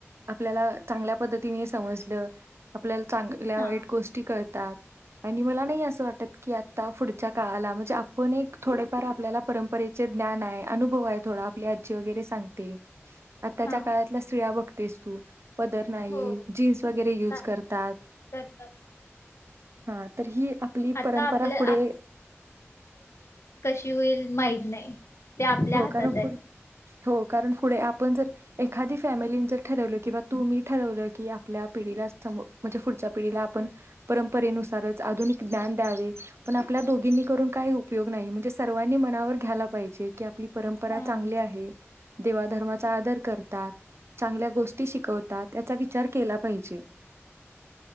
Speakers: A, on the right; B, on the left.
A: आपल्याला चांगल्या पद्धतीने समजलं. आपल्या चांगल्या
B: हा
A: वाईट गोष्टी कळ <unintelligible> आणि मला नाही असं वाटत की आता पुढच्या काळाला म्हणजे आपण एक थोडेफार आपल्याला परंपरेचे ज्ञान आहे. अनुभव आहे थोडा आपली आजी वगैरे सांगते. आताच्या
B: हा
A: काळातला स्त्रिया बघतेस तू. पदर नाही
B: हो.
A: जीन्स वगैरे युज
B: हा,
A: करतात
B: करतात
A: हा तर ही आपली
B: आता
A: परंपरा
B: आपल्या
A: पुढे
B: किती होईल माहीत नाही. ते आपल्या
A: हो,
B: हातात
A: कारण पुढ
B: आहे.
A: <unintelligible> कारण पुढे आपण जर एखादी फॅमिली जर ठरवलं किंवा तु मी ठरवलं की आपल्या पिढीला सम म्हणजे पुढच्या पिढीला आपण परंपरेनुसारच आधुनिक ज्ञान द्यावे. पण आपल्या दोघींनी करून काही उपयोग नाही, म्हणजे सर्वांनी मनावर घ्यायला पाहिजे. ती आपली परंपरा
B: हा
A: चांगली आहे देवाधर्माचा आदर करतात चांगल्या गोष्टी शिकवतात याचा विचार केला पाहिजे.